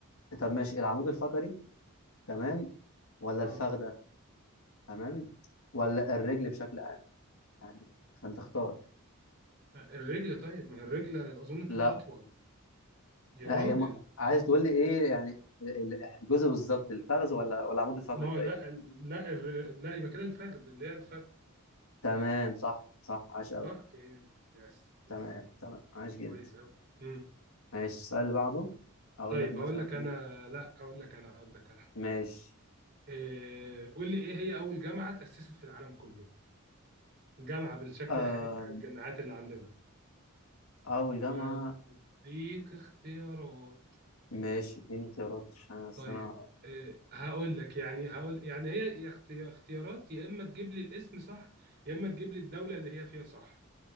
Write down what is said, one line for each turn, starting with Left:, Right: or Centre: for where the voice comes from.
Left: طب ماشي العمود الفقري تمام ولا
Right: اه
Left: الفخده تمام ولا الرجل بشكل عام يعني فانت اختار
Right: الرجل طيب ما هي الرجل اظن بتبقى
Left: لا
Right: اطول يا
Left: لا
Right: راجل
Left: هي م... عايز تقول لي ايه يعني ال- الجزء بالظبط الفخذ ولا ولا العمود الفقري
Right: ما هو
Left: طيب
Right: لا لا الر- لا يبقى كده الفخذ اللي هي الفخذ
Left: تمام صح صح عاش قوي
Right: اه إيه. يس يس
Left: تمام تمام عاش جدا
Right: كويس أوي مم.
Left: ماشي السؤال اللي بعده اقول
Right: طيب
Left: لك مثلا
Right: هقول لك
Left: ايه
Right: أنا لا هقول لك أنا هقول لك أنا
Left: ماشي
Right: إيه... قول لي إيه هي أول جامعة تأسست في العالم كله جامعة بالشكل
Left: آه
Right: الحالي بتاع الجامعات اللي عندنا
Left: أول
Right: وأديك
Left: جامعة
Right: اختيارات
Left: ماشي اديني اختيارات عشان أصل
Right: طيب
Left: أنا
Right: إيه... هقول لك يعني هقول يعني هي يا اختي- اختيارات يا إما تجيب لي الاسم صح يا إما تجيب لي الدولة اللي هي فيها صح